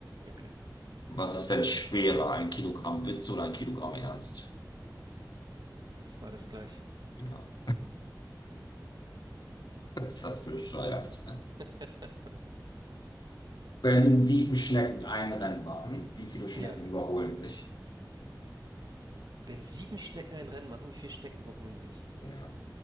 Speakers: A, on the right; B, on the left.
A: Okay,
B: Was ist denn schwerer? Ein Kilogramm Witz oder ein Kilogramm Ernst?
A: ist beides gleich.
B: Ja, ist das bescheuert.
A: <laughs>
B: Wenn sieben Schnecken ein Rennen machen, wie viele Schnecken
A: Ja,
B: überholen sich?
A: wenn sieben Schnecken ein Rennen machen, wie viele Schnecken überholen sich?
B: Ja.